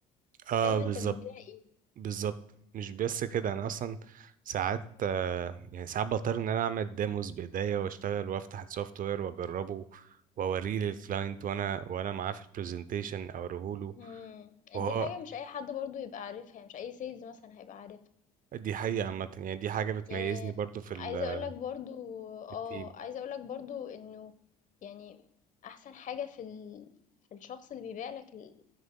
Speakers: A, on the right (about 45°); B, on the left (about 45°).
A: اه
B: فاهم
A: بالظبط
B: أنت بتبيع إيه.
A: بالظبط مش بس كده انا اصلا ساعات آه، يعني ساعات بضطر ان انا اعمل ديموز بايديا واشتغل وافتح السوفت وير واجربه واوريه للكلاينت وانا وانا معاه في البرزنتيشن اوريه له
B: إمم،
A: وهو
B: دي حاجة مش أي حد برضه يبقى عارفها، يعني، مش أي sales مثلًا هيبقى عارفها.
A: دي حقيقة عامة يعني دي حاجة بتميزني
B: يعني
A: برضو في
B: عايزة
A: ال-
B: اقولك برضو اه
A: في التيم
B: عايزة اقولك برضو انه يعني احسن حاجة في ال... في الشخص اللي بيبيع لك ال...